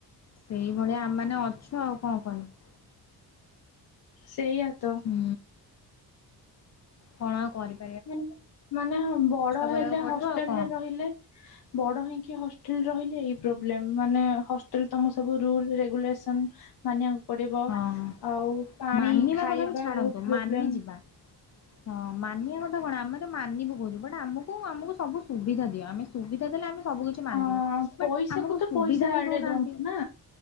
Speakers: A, on the left; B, on the left.
A: ସେଇଭଳିଆ ଆମ ମାନେ ଅଛୁ ଆଉ କଣ କରିବୁ।
B: ସେଇଆ ତ।
A: ହୁଁ। କଣ ଆଉ କରିବ୍
B: ମାନେ ମାନେ ହଁ ବଡ
A: କରିବାକୁ
B: ହେଲେ
A: ପଡିବ
B: ହଷ୍ଟେଲରେ
A: ଆଉ କଣ
B: ରହିଲେ ବଡ ହେଇକି ହଷ୍ଟେଲରେ ରହିଲେ ଏଇ ପ୍ରୋବ୍ଲେମ, ମାନେ ହିଷ୍ଟେଲ ତମ ସବୁ ରୁଲ୍ ରେଗୁଲେସନ୍ ମାନିବାକୁ ପଡିବ
A: ହଁ।
B: ଆଉ ପାଣି
A: ମାନିବା
B: ଖାଇବା
A: କଥା ବି ଛାଡନ୍ତୁ
B: ବହୁତ ପ୍ରୋବ୍ଲେମ
A: ମାନି ଯିବା। ହଁ ମାନିବା କଥା କଣ ଆମେ ତ ମାନିବୁ କହୁଛୁ ବଟ ଆମକୁ ଆମକୁ ସବୁ ସୁବିଧା ଦିଅ ଆମେ ସୁବିଧା ଦେଲେ ଆମେ ସବୁ କିଛି ମାନିବ
B: ହଁ ପଇସାକୁ
A: ବଟ୍ ଆମକୁ
B: ତ
A: ସୁବିଧା
B: ପଇସା
A: ହି
B: ଆଡେ
A: ଦଉନାହାନ୍ତି।
B: ଦଉଛୁ ନା